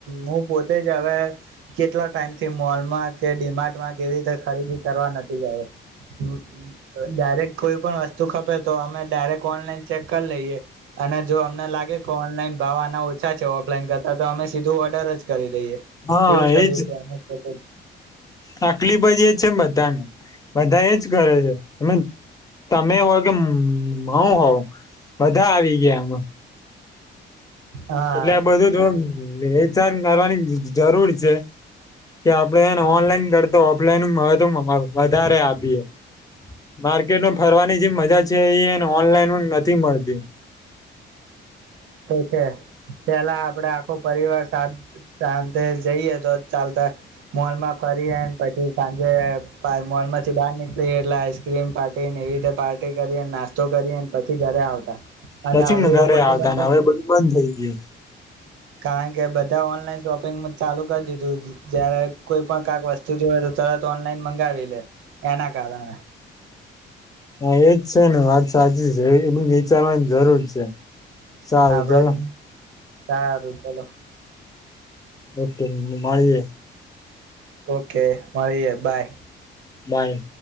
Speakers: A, on the right; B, on the left.
A: હું પોતે જ હવે કેટલા ટાઈમ થી મોલમાં કે ડીમાર્ટમાં કેવી રીતે ખરીદી કરવા નથી ગ્યો ડાયરેક્ટ કોઈ પણ વસ્તુ ખપે તો અમે ડાયરેક્ટ ઓનલાઈન ચેક કરી લઈએ અને જો અમને લાગે કે ઓનલાઈન ભાવ આના ઓ છા છે ઓફઈન કરતા તો અમે સીધું ઓર્ડર જ કરી દઈએ
B: હા
A: એવું જ કરીએ
B: એજ
A: છીએ અમે પોતે
B: આકલી બાજ <unintelligible> બા બધા એજ કરે છે તમે તમે હો કે હુ હોવ બધા આવી ગયામાં
A: હા
B: એટલે આ બધું તો વેચાર કરવાની જરૂર છે. કે આપડે ઓનલાઈન તો ઓફલાઈન મહત્વ વધારે આપીએ માર્કેટમાં ફરવાની જે મજા છે એને ઓનલાઈન નથી મળતી
A: કે પેલા આપડે આખો પરિવાર સા સાાંજે જઈએ તો ચાલતા મોલ માં ફરીએ પછી સાંજે મોલ માંથી બહાર નીકળી એટલે આઈસક્રીમ પાર્ટીને એવી રીતે પાર્ટી કરીને નાસ્તો કરીને પછી ઘરે આવતા અને
B: પછી
A: હવે
B: ધરે
A: એવું બધું
B: આ
A: બંધ
B: તા ને
A: જ થઈ
B: હવે
A: ગયું
B: બધું બંધ થઈ ગયું. <inaudible>
A: કારણ કે બધા ઓનલાઈન શોપિંગ ચાલુ કરી દીધું જયારે કોઈ પણ કાક વસ્તુ જો તો તરત ઓનલાઈન મંગાવી લે એના કારણે
B: હા એજ છે ને વાત સાચી છે એવી વિચારવાની જરૂર છે. સારું
A: આપડે
B: ચાલો
A: સારું ચલો
B: ઓકે મળીએ
A: ઓકે મળીએે બાય
B: બાય